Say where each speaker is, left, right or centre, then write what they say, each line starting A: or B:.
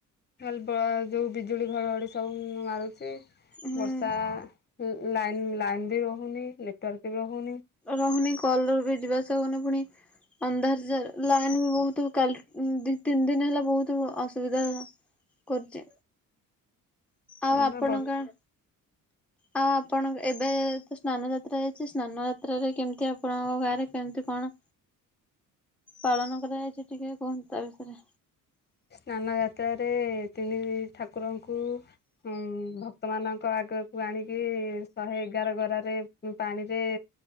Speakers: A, on the left; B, in the centre.
A: ଖାଲ୍ ବ ଯୋଉ ବିଜୁଳି ଘଡଘଡି ସବୁ ମାରୁଚି।
B: ହୁଁ
A: ବର୍ଷା ଲାଇନ୍ ଲାଇନ୍ ବି ରହୁନି, ନେଟୱାର୍କ ବି ରହୁନି।
B: ରହୁନି କଲ୍ ର ବି ଯିବାଆସିଆ ହଉନି। ଫୁଣି, ଅନ୍ଧାର ଯା ଲା ଲାଇନ୍ ବି ବହୁତୁ କାଲ୍ ତିନି ଦିନ ହେଲା ବହୁତୁ ଅସୁବିଧା କରୁଚି।
A: ହଁ
B: ଆଉ ଆପଣଙ୍କ
A: ବା
B: ଗାଁ ଆଉ ଆପଣଙ୍କ ଏବେ ତ ସ୍ନାନ ଯାତ୍ରା ଯାଇଚି, ସ୍ନାନ ଯାତ୍ରାରେ କେମିତି ଆପଣଙ୍କ ଗାଁରେ କେମିତି କଣ ପାଳନ କରାଯାଇଚି ଟିକେ କୁହନ୍ତୁ ତା ବିଷୟରେ?
A: ସ୍ନାନଯାତ୍ରାରେ ତିନି ଠାକୁରଙ୍କୁ ଉଁ ଭକ୍ତ ମାନଙ୍କ ଆଗ କୁ ଆଣିକି ଶହେ ଏଗାର ଗରାରେ ପାଣିରେ